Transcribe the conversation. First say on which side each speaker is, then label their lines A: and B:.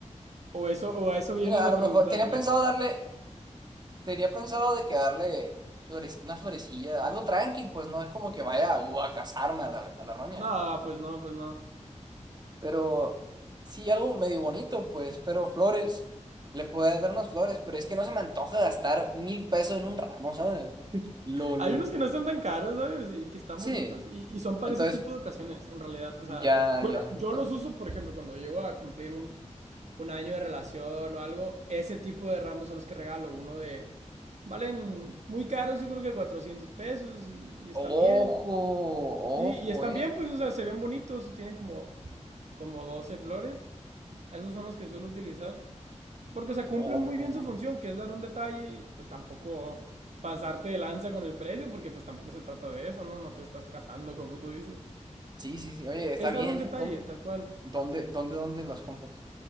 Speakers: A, on the right; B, on the right.
A: O eso, o a eso
B: Mira,
A: vienes
B: a
A: a
B: lo mejor
A: preguntarme.
B: tenía pensado darle, tenía pensado de que darle flores, una florecilla, algo tranqui, pues no es como que vaya uh, a casarme a la, a la roña.
A: No, pues no, pues no.
B: Pero sí, algo medio bonito, pues, pero flores. Le puedo dar unas flores, pero es que no se me antoja gastar mil pesos en un ramo, ¿sabes? <laughs> Lolo.
A: Hay unos que no están tan caros, ¿sabes? Y que están
B: Sí,
A: bonitos. Y, y son para
B: entonces,
A: ese tipo de ocasiones, en realidad. O sea,
B: ya,
A: bueno,
B: ya.
A: yo
B: Entonces,
A: los uso, por ejemplo, cuando llego a cumplir un, un año de relación o algo. Ese tipo de ramos son los que regalo. Uno de... Valen muy caros, yo creo que 400 pesos y, y están
B: ojo,
A: bien.
B: ojo,
A: Sí, y están
B: ¿eh?
A: bien, pues, o sea, se ven bonitos, tienen como, como 12 flores. Esos son los que suelo utilizar. Porque, o sea, cumplen
B: Ojo.
A: muy bien su función, que es dar un detalle, y, pues tampoco pasarte de lanza con el precio, porque pues tampoco se trata de eso, ¿no? No te estás casando, como tú dices.
B: Sí, sí, sí. Oye, está
A: Es
B: bien,
A: dar un detalle,
B: ¿eh? No-
A: tal cual.
B: ¿Dónde, dónde, dónde las compras?